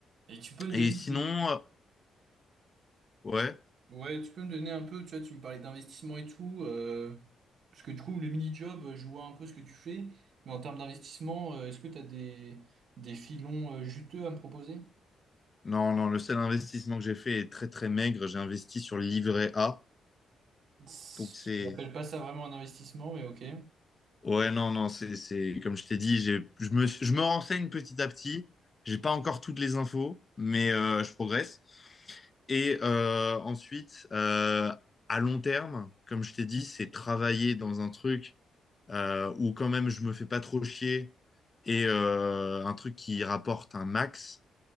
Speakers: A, on the right (about 60°); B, on the left (about 30°).
A: Et tu peux me
B: Et
A: donner
B: sinon,
A: des...
B: euh, ouais.
A: Ouais, tu peux me donner un peu, tu vois, tu me parlais d'investissement et tout, euh, parce que du coup, le mini-job, euh, je vois un peu ce que tu fais, mais en termes d'investissement, euh, est-ce que tu as des, des filons euh, juteux à me proposer?
B: Non, non, le seul investissement que j'ai fait est très très maigre. J'ai investi sur le livret A.
A: Je
B: Donc c'est.
A: n'appelle pas ça vraiment un investissement, mais ok.
B: Ouais, non, non, c'est, c'est... comme je t'ai dit, j'ai... Je me, je me renseigne petit à petit. J'ai pas encore toutes les infos, mais euh, je progresse. Et euh, ensuite, euh, à long terme, comme je t'ai dit, c'est travailler dans un truc euh, où quand même je me fais pas trop chier et euh, un truc qui rapporte un max